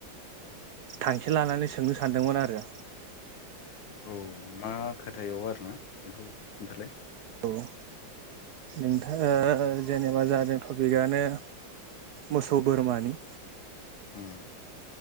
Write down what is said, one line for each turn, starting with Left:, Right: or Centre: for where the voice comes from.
Right: थांखि लानानै सोंनो सानदोंमोन आरो।
Left: औ मा खोथायाव आरोना बेखौ खोन्थालाय
Right: औ नोंथांङा जेनेबा जादों टपिकआनो मोसौ बोरमानि
Left: उम